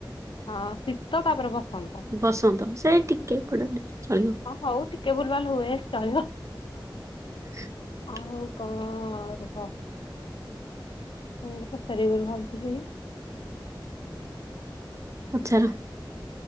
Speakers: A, on the left (about 80°); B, on the right (about 35°).
A: ହଁ ଶୀତ ତାପରେ ବସନ୍ତ।
B: ବସନ୍ତ ସେଇ ଟିକେ ପଟେ ଚଳିବ।
A: ହଉ ଟିକେ ଭୁଲ୍ ବାଲ୍ ହୁଏ ଚଳିବ।
B: <inaudible>
A: ଆଉ କଣ ରୁହ। ମୁଁ ଗୋଟେ ପଚାରିବି ବୋଲି ଭାବୁଥିଲି।
B: ପଚାର।